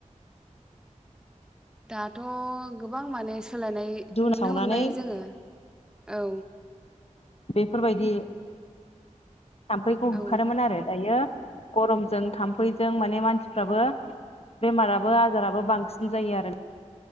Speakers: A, in the centre; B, on the left.
A: दाथ' गोबां माने सोलायनाय
B: दुन
A: नुनो
B: सावनानै
A: मोनबाय जोङो औ।
B: बेफोरबायदि। थाम्फैखौ होखारोमोन
A: औ
B: आरो दायो गरमजों थाम्फैजों माने मानसिफ्राबो बेमाराबो आजाराबो बांसिन जायो आरो।